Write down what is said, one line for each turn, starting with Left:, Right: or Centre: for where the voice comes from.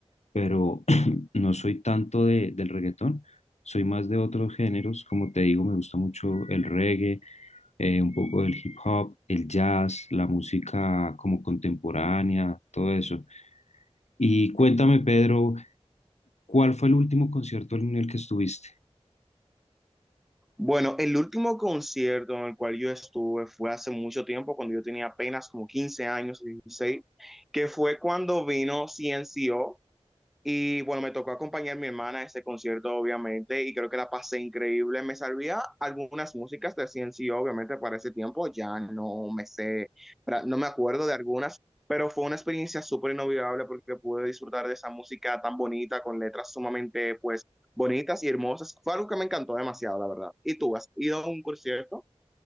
Left: pero <clears throat> no soy tanto de, del reggaetón. Soy más de otros géneros, como te digo, me gusta mucho el reggae, eh, un poco del hip hop, el jazz, la música como contemporánea, todo eso. Y cuéntame, Pedro, ¿cuál fue el último concierto en el que estuviste?
Centre: Bueno, el último concierto en el cual yo estuve fue hace mucho tiempo, cuando yo tenía apenas como 15 años, 16, que fue cuando vino CNCO, y bueno, me tocó acompañar a mi hermana a ese concierto, obviamente, y creo que la pasé increíble. Me sabía algunas músicas de CNC, obviamente, para ese tiempo ya no me sé, pra- no me acuerdo de algunas, pero fue una experiencia súper inolvidable porque pude disfrutar de esa música tan bonita, con letras sumamente, pues, bonitas y hermosas. Fue algo que me encantó demasiado, la verdad. ¿Y tú has ido a un concierto?